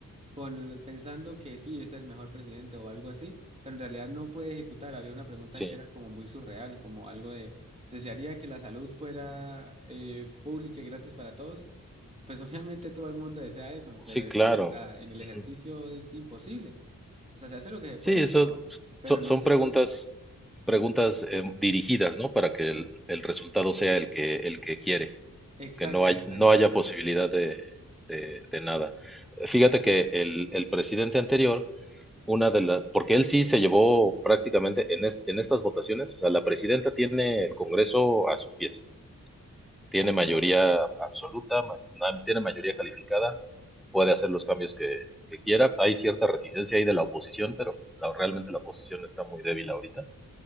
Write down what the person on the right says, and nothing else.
con, lo- pensando que sí es el mejor presidente o algo así, pero en realidad no puede ejecutar. Había una pregunta
que era como muy surreal, como algo de, ¿desearía que la salud fuera eh, pública y gratis para todos? Pues <laughs> obviamente todo el mundo desea eso, pero
es,
o sea, en el
ejercicio es imposible. O sea, se hace lo que se
puede,
pero, pero
no
se
puede.
Exacto,
exacto.